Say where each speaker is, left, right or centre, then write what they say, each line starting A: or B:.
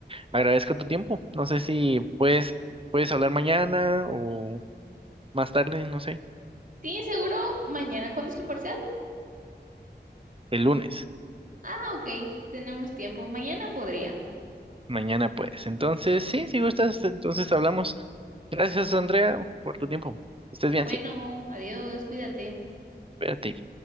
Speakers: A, on the right; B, on the right.
A: Agradezco tu tiempo. No sé si puedes, puedes hablar mañana o más tarde, no sé,
B: Sí, seguro mañana cuando es tu parcial.
A: el lunes.
B: Ah, ok, tenemos tiempo. Mañana podría.
A: Mañana puedes. Entonces, sí,
B: Ujú.
A: si gustas, entonces hablamos. Gracias,
B: Va.
A: Andrea, por tu tiempo. Estés bien,
B: Bueno,
A: sí.
B: adiós, cuídate.
A: Espérate.